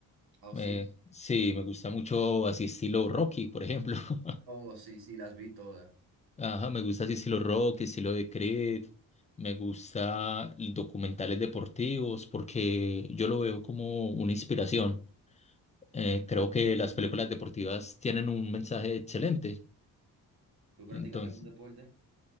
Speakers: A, on the right; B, on the left.
A: o sí.
B: Eh, sí, me gusta mucho así estilo Rocky, por ejemplo. <laughs>
A: Oh, sí, sí, las vi todas.
B: Ajá, me gusta así estilo Rocky, estilo de Creed. Me gusta l- documentales deportivos porque yo lo veo como una inspiración. Eh, creo
A: ¿Deportista?
B: que las películas deportivas tienen un mensaje excelente.
A: ¿Tú practicas
B: Entonces,
A: algún deporte?